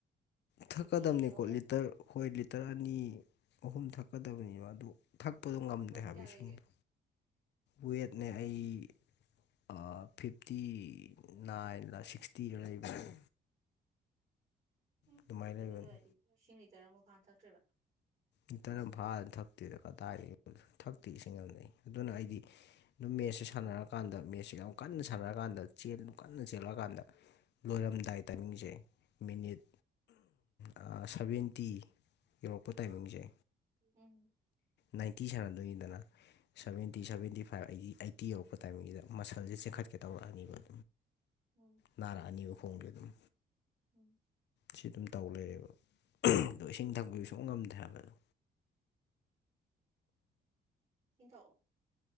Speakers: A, on the left; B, on the right.
A: ꯊꯛꯀꯗꯝꯅꯤꯀꯣ
B: ꯀꯤꯠꯅꯤ ꯌꯣꯝꯗ
A: ꯂꯤꯇꯔ ꯍꯣꯏ ꯂꯤꯠ ꯇꯔ ꯑꯅꯤ ꯑꯍꯨꯝ ꯊꯛꯀꯗꯕꯅꯤꯕ ꯑꯗꯨ ꯊꯛꯄꯗꯣ ꯉꯝꯗꯦ
B: ꯋꯦꯠ
A: ꯍꯥꯏꯕ
B: ꯀꯌꯥ
A: ꯏꯁꯤꯡꯗꯣ
B: ꯂꯩꯒꯦ
A: ꯋꯦꯠꯅꯦ ꯑꯩ ꯑꯥ ꯐꯤꯐꯇꯤ ꯅꯥꯏꯟꯂ ꯁꯤꯛꯁꯇꯤꯔ ꯂꯩꯕꯅꯦ
B: ꯎꯝ
A: ꯑꯗꯨꯃꯥꯏꯅ ꯂꯩꯕꯅꯤ
B: ꯑꯗꯨꯒ ꯏꯁꯤꯡ ꯂꯤꯇꯔ ꯑꯃ ꯐꯥ ꯊꯛꯇ꯭ꯔꯤꯕ
A: ꯏꯟꯇꯔꯝ ꯐꯥꯅ ꯊꯛꯇꯦꯗ ꯀꯗꯥꯏꯗꯩ ꯊꯛꯇꯦ ꯏꯁꯤꯡ ꯉꯝꯅꯩ ꯑꯗꯨꯅ ꯑꯩꯗꯤ ꯑꯗꯨꯝ ꯃꯦꯠꯁꯦ ꯁꯥꯟꯅꯔꯀꯥꯟꯗ ꯃꯦꯠꯁꯁꯦ ꯌꯥꯝ ꯀꯟꯅ ꯁꯥꯟꯅꯔꯀꯥꯟꯗ ꯆꯦꯜꯗꯨ ꯀꯟꯅ ꯆꯦꯜꯂꯛꯑꯀꯥꯟꯗ ꯂꯣꯏꯔꯝꯗꯥꯏ ꯇꯥꯏꯃꯤꯡꯖꯦ ꯃꯤꯅꯤꯠ ꯑꯥ ꯁꯚꯦꯟꯇꯤ ꯇꯥꯏꯃꯤꯡꯖꯦ
B: ꯎꯝ
A: ꯅꯥꯏꯟꯇꯤ ꯁꯥꯟꯅꯗꯣꯏꯅꯤꯗꯅ ꯁꯕꯦꯟꯇꯤ
B: ꯎꯝ
A: ꯁꯕꯦꯟꯇꯤ ꯐꯥꯏꯚ ꯑꯩꯗꯤ ꯑꯥꯏꯠꯇꯤ ꯌꯧꯔꯛꯄ ꯇꯥꯏꯃꯤꯡꯖꯤꯗ ꯃꯁꯜꯖꯦ ꯆꯦꯟꯈꯠꯀꯦ ꯇꯧꯔꯛꯑꯅꯤꯕ
B: ꯎꯝ
A: ꯅꯥꯔꯛꯑꯅꯤꯕ ꯈꯣꯡꯗꯤ ꯑꯗꯨꯝ
B: ꯎꯝ
A: ꯁꯤ ꯑꯗꯨꯝ ꯇꯧ ꯂꯩꯔꯦꯕ ꯑꯗꯣ ꯏꯁꯤꯡ ꯊꯛꯄꯖꯤ ꯁꯨꯡꯉꯝ ꯉꯝꯗꯦ ꯍꯥꯏꯕ ꯑꯗꯣ
B: ꯁꯤꯡꯊꯛꯑꯣ